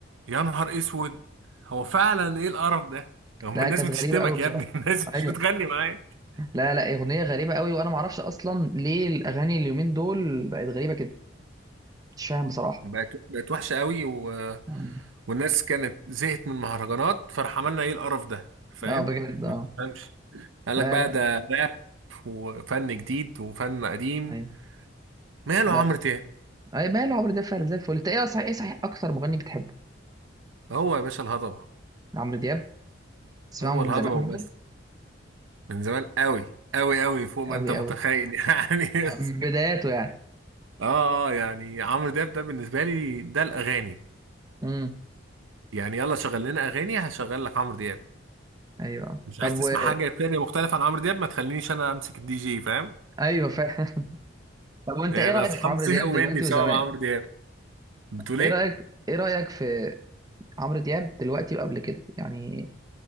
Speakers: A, on the right; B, on the right.
A: يا نهار اسود هو فعلا ايه القرف ده هما
B: لا
A: الناس
B: كانت
A: بتشتمك
B: غريبه قوي بصراحه
A: يا ابني <laughs> الناس
B: ايوه
A: مش بتغني معاك
B: لا لا اغنيه غريبه قوي وانا ما اعرفش اصلا ليه الاغاني اليومين دول بقت غريبه كده مش فاهم بصراحه
A: بقت بقت وحشه قوي و...
B: مم.
A: والناس كانت زهقت من المهرجانات فراح عملنا ايه القرف ده فاهم
B: اه بجد
A: ما
B: اه
A: تفهمش قال
B: لا
A: لك بقى
B: لا
A: ده راب وفن جديد وفن قديم
B: ايوه
A: ماله
B: بقى
A: عمرو دياب
B: اي ماله عمرو دياب فعلا زي الفل انت ايه صحيح ايه صحيح اكتر مغني بتحبه
A: هو يا باشا الهضبه
B: عمرو دياب تسمعه
A: هو
B: من
A: الهضبه
B: زمان
A: وبس من زمان قوي قوي قوي فوق ما
B: قوي
A: انت متخيل
B: قوي
A: <laughs> يعني
B: من بداياته يعني
A: اه اه يعني عمرو دياب ده بالنسبه لي ده الاغاني
B: مم.
A: يعني يلا شغل لنا اغاني هشغل لك عمرو دياب
B: ايوه
A: مش
B: طب
A: عايز تسمع
B: و...
A: حاجه تانية مختلفه عن عمرو دياب ما تخلينيش انا امسك الدي جي فاهم
B: ايوه فاهم <laughs> طب وانت
A: يعني
B: ايه رايك
A: اصحابي
B: في عمرو
A: زهقوا
B: دياب دلوقتي
A: مني بسبب
B: وزمان
A: عمرو دياب بتقول
B: ايه
A: ايه
B: رايك ايه رايك في عمرو دياب دلوقتي وقبل كده يعني